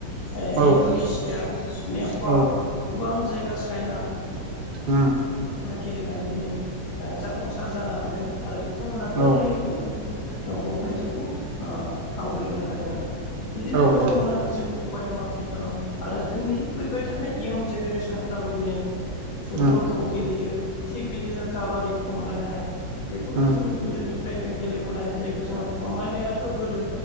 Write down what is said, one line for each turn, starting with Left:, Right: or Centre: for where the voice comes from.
Left: ओ
Right: औ
Left: इणड'नेसिया नेपाल
Right: औ
Left: गोबां जायगा चाइना
Right: उम
Left: गेलेनानै दिनै ओ जाफुंसार जानो हादों आरो बिथांमोना गोरलैयैनो
Right: औ
Left: दिनै गभमेन्ट जबखौ आवग्रिनो हादों आरो बिदिनो
Right: औ
Left: बिथांमोना
Right: औ
Left: जिउ खांबाय दं आथिखालाव आरो जोंनि फैबाय थानाय इयन जेनेरेसनफ्राबो दिनै फुटबलखौ
Right: उम
Left: गेलेयो थिग बिदिनो काबादि खमलायनाय बेफोरथ'
Right: उम
Left: जोंनि गोदोनि फ्रायनो गेलेबोनाय जायखौ जोङो खमलायनायाथ' गोदो